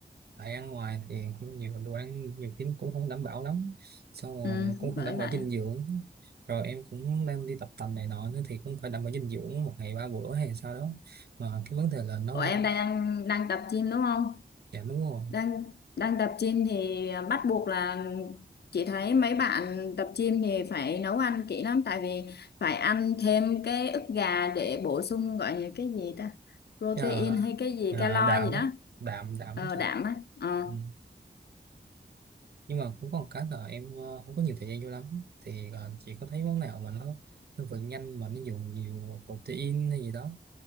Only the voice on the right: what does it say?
tại ăn ngoài thì cũng nhiều đồ ăn nhiều khi cũng không đảm bảo lắm xong rồi
cũng không
đảm bảo
dinh dưỡng rồi em cũng đang đi tập tành này nọ nữa thì cũng phải đảm bảo dinh dưỡng một ngày ba bữa hay sao đó mà cái vấn đề là nấu
ăn
dạ đúng rồi
à,
à,
đạm
á, đạm đạm
thì
ừ. nhưng mà cũng có một cái là em ờ, không có nhiều thời gian vô lắm thì ờ, chị có thấy món nào mà nó nó vừa nhanh mà nó dùng nhiều protein hay gì đó